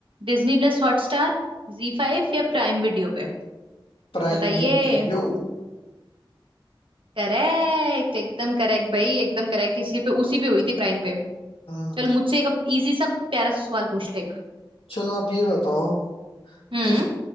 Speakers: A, on the right; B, on the left.
A: Disney plus Hotstar Zee five या प्राइम वीडियो पे
B: Prime
A: बताइए
B: video
A: करेक्ट एकदम करेक्ट भाई एकदम करेक्ट इसी पे उसी पे हुई थी प्राइम पे
B: हम्म
A: चल मुझसे एक इजी सा प्यारा सा सवाल पूछ ले एक।
B: चलो आप ये बताओ
A: हम्म
B: कि